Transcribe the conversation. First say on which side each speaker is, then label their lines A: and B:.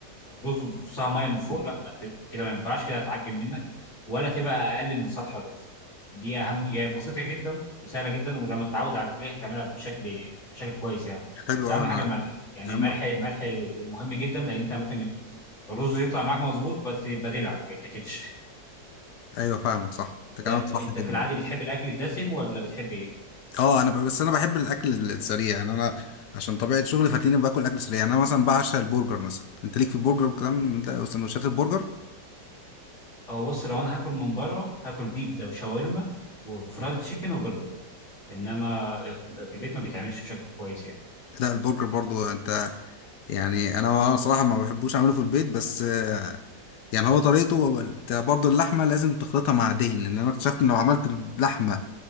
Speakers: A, on the left; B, on the left.
A: رز ونصها ميه من فوق لا ما ت... كده ما ينفعش كده هتعجن منك ولا تبقى اقل من سطح الرز دي اهم هي يعني بسيطه جدا وسهله جدا ولما تتعود عليها تعملها بشكل بشكل كويس يعني
B: حلو
A: بس
B: قوي
A: اهم
B: انا
A: حاجه الملح يعني
B: اهم
A: الملح الملح مهم جدا لان انت ممكن ال- الرز يطلع معاك مظبوط بس يبقى دلع ما يتاكلش <laughs>
B: ايوه فاهمك صح انت كلامك
A: انت
B: صح
A: انت
B: جدا
A: في العادي بتحب الاكل الدسم ولا بتحب ايه
B: اه انا ب- بس انا بحب الاكل السريع يعني انا عشان طبيعه شغلي فتلاقيني باكل اكل سريع يعني انا مثلا بعشق البرجر مثلا انت ليك في البرجر والكلام من ده وسندوتشات البرجر
A: هو بص لو انا هاكل من بره هاكل بيتزا وشاورما وفرايد تشيكن وبرجر انما في البيت ما بيتعملش بشكل كويس يعني
B: لا البرجر برضو انت يعني انا صراحه ما بحبوش اعمله في البيت بس آه، يعني هو طريقته هو انت برضه اللحمه لازم تخلطها مع دهن ان انا اكتشفت ان لو عملت اللحمه